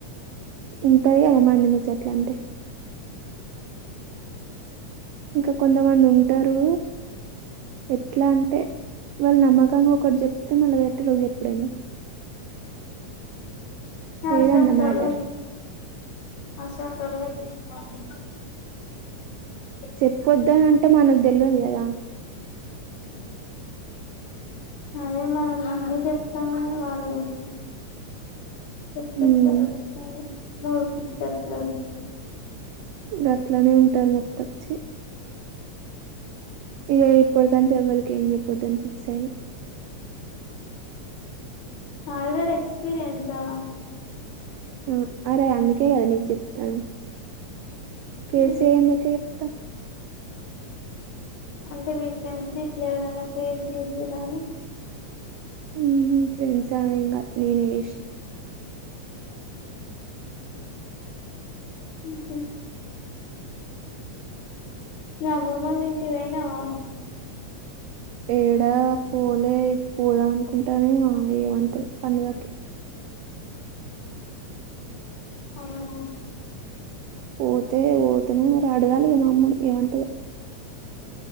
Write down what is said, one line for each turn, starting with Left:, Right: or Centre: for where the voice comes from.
Right: ఉంటది కదా మంది ముచ్చట్లలంటే ఇంకా కొంతమంది ఉంటారు ఎట్లా అంటే వాళ్ళు నమ్మకంగా ఒకటి చెప్తే మళ్ళా వేరేటోళ్ళకి చెప్పుడేనా
Left: ఆసంటోళ్లక్
Right: ఏదన్నా మ్యాటర్
Left: అసంటోళ్ళకి <inaudible> <inaudible>
Right: చెప్పొద్దనంటే మనకు తెలవదు కదా
Left: <inaudible> అదే మనం నమ్మీ చెప్తాం కని వాళ్ళు <unintelligible>
Right: ఉమ్ గట్లనే ఉంటారు మొత్తం చ్చి ఇగ ఇప్పుడు తంచేవర్ ఏం చెప్పొద్దని ఫిక్స్ అయినా
Left: ఆల్రెడీ ఎక్స్పీరియన్స్ ఆ
Right: మ్మ్ అరె అందుకె కదా నీకు చెప్పతా ఫేస్
Left: ఊహు
Right: చేయంది ఎట్ల చెప్తా
Left: అంటే మీ ఫ్రెండ్స్ ఇట్లా ఎవరైనా ఫేస్ చేసిర్రానీ
Right: మ్మహూ ఫ్రెండ్సా ఎమ్ కాద్ నేనే చేశనా
Left: మా్ నువ్ అమ్మ వాళ్ళ ఇంటికి పోయినావా
Right: ఏడా పోలే పోదాం అనుకుంటాన్న ఈ మామ్మ ఏమంటదో పండుగకి
Left: అవునా
Right: పోతె పోతెనో మరి అడగాలి ఇగ మా అమ్మని ఏమంటదొ